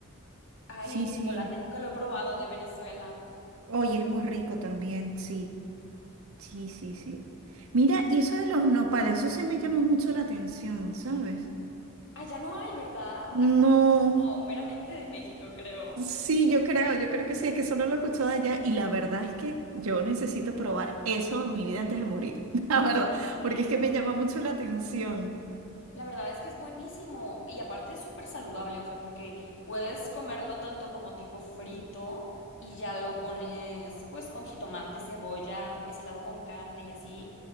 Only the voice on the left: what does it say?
Ay,
el chocolate
nunca lo he probado de Venezuela.
Allá no hay, ¿verdad?
Acá no, meramente de México, creo.
Sí.
La verdad es que es buenísimo y aparte es súper saludable, o sea, porque puedes comerlo tanto como tipo frito y ya lo pones pues con jitomate, cebolla, mezclado con carne y así,